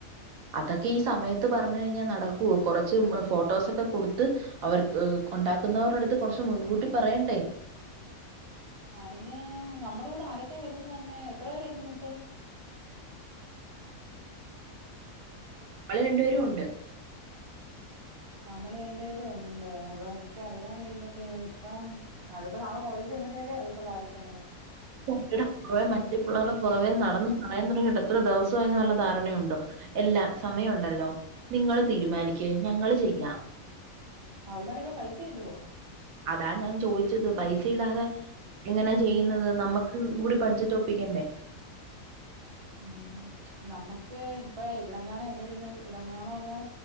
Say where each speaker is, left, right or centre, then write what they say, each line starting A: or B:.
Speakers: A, on the right; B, on the right.
A: അതൊക്കെ ഈ സമയത്ത് പറഞ്ഞു കഴിഞ്ഞാൽ നടക്കുവോ കുറച്ച് ഫോട്ടോസൊക്കെ കൊടുത്ത് അവർക്ക് ഉണ്ടാക്കുന്നവരുടെ അടുത്ത് കുറച്ച് മുൻകൂട്ടി പറയണ്ടേ
B: അയിന് നമ്മുടെ കൂടെ ആരൊക്കെ വരുന്നത് തന്നെ എത്ര പേരുണ്ട് മൊത്തം? നമ്മള് രണ്ട്
A: രണ്ടുപേരും
B: പെരും
A: ഉണ്ട്
B: നമ്മള് രണ്ടു പേരും ഉണ്ട് അതോ എനിക്കറിയാൻ വയല്ലടി അപ്പം അതിപ്പപ്പോ നാളെ കോളേജ് ഉണ്ടങ്കിലല്ലേ അറിയത്തുള്ളൂ ആരൊക്കെയ ഉണ്ടന്ന്?
A: പുറവേ മറ്റേ പിള്ളേരുടെ പുറവേ നടന്നന്ന് പറയാൻ തുടങ്ങിയിട്ട് എത്ര ദിവസമായി നല്ല ധാരണയുണ്ടോ? എല്ലാ സമയമുണ്ടല്ലോ നിങ്ങൾ തീരുമാനിക് ഞങ്ങള് ചെയ്യാം.
B: അവൾമാരൊക്കെ പൈസയിടോ
A: അതാ ഞാൻ ചോയിച്ചത് പൈസയി ടാതെ ഇങ്ങനെ ചെയ്യുന്നത് നമ്മക്ക് ക്ക്‌ കൂടി ബഡ്ജറ്റ്‌ ഒപ്പിക്കേണ്ടെ
B: ഉംഹ് നമ്മക്ക് ഇപ്പ ഇവിടെങ്ങാണോ എന്റെ വീടിന്റെ ഇവിടെ ങ്ങാണോള്ള